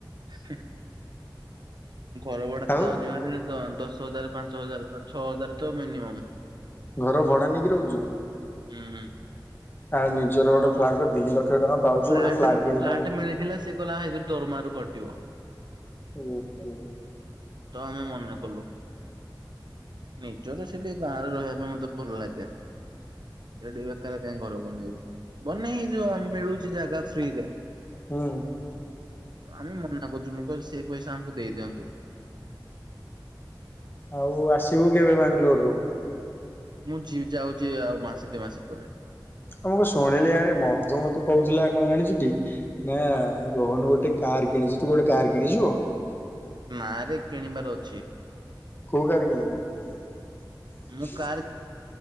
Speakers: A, on the right; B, on the left.
A: ଠିକ। ଘର ଭଡା
B: ଆଉ
A: ତ ଯାଉଛି ଭାରି ଦଶ ହଜାର ପାଞ୍ଚ ହଜାର ଛଅ ହଜାର ତ ମିନିମମ୍।
B: ଘର ଭଡା ନେଇକି ରହୁଛୁ
A: ହୁଁ
B: ଆଉ ନିଜର ଗୋଟେ <unintelligible> ପାଉଛୁ
A: ଫ୍ଲାଟ୍
B: ଗୋଟେ ଫ୍ଲାଟ କିଣିପାରୁନୁ।
A: ଫ୍ଲାଟ୍ ମିଳିଥିଲା ସେଏ କହିଲ ଏଥି ଦରମାରୁ କଟିବ।
B: ଓହୋ।
A: ତ ଆମେ ମନା କଲୁ ନିଜର ସେଠ ଗାଁରେ ରହିବା ପାଇଁ ମତେ ଭଲ ଲାଗେ, ସେଇଠି ବେକାର କାଇହିଁ ଘର ବନେଇବୁ। ବନ ଏଇ ଯୋଉ ମିଳୁଛି ଜାଗା ଫ୍ରିରେ।
B: ହଁ।
A: ତ ଆମେ ମନା କରୁଛୁ ମୁଁ କିଲ ସେଇ ପଇସା ଆମକୁ ଦେଇଦିଅନ୍ତୁ।
B: ଆଉ ଆସିବୁ କେବେ ବାଙ୍ଗାଲୋରରୁୁ?
A: ମୁଁ ଯ ଯାଉଛି ଆଉ ମାସେ ଦି ମାସ ପରେ।
B: ଆ ମୁକୁ ଶୁଣିଲି ଆରେ ମଧୁ ମତେ କହୁଥିଲା କଣ ଜାଣିଛୁ ଟି? ନା
A: ହୁଁ
B: ରୋହନ ଗୋଟେ କାର କିଣିଛୁ ତୁ ଗୋଟେ କାର କିଣିଛୁ?
A: ନା ରେ କିଣିବାର ଅଛି।
B: କୋଉ କାର କିଣିବୁ?
A: ମୁଁ କାର